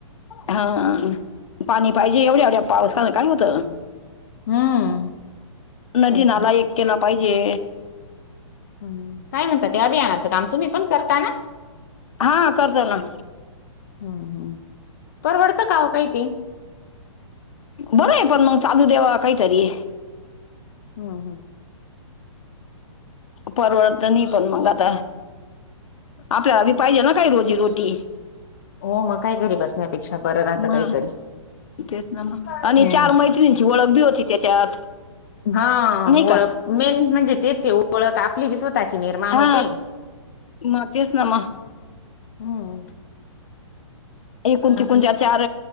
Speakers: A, on the left; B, on the left.
A: हा पाणी पाहिजे. एवढ्या एवढ्या पावसान काय होतं?
B: हम्म
A: नदी
B: तस
A: नाला एक केला पाहिजे.
B: हम काय म्हणता, ते अभियानाचं काम तुम्ही पण करता ना?
A: हा करतो ना.
B: हम्म हम्म. परवडतं का हो काही ते?
A: बरंय पण मग चालू देवा काहीतरी.
B: हम्म हम्म.
A: परवळत नाही पण मग आता, आपल्याला पाहिजे ना काही रोजीरोटी.
B: हो मग काय घरी बसण्यापेक्षा बरं राहतं
A: म्ह
B: काहीतरी
A: तेच ना म
B: हम्म.
A: आणि चार मैत्रीण ची वळक बी होती त्याच्यात
B: हा
A: नाही
B: वळक,
A: का
B: मेन म्हणजे तेच ये ओ वळक आपली बी स्वतःची निर्माण
A: हा
B: होती.
A: मग तेच ना मग
B: हम्म.
A: एकूणची
B: आपली
A: कुंज्या चार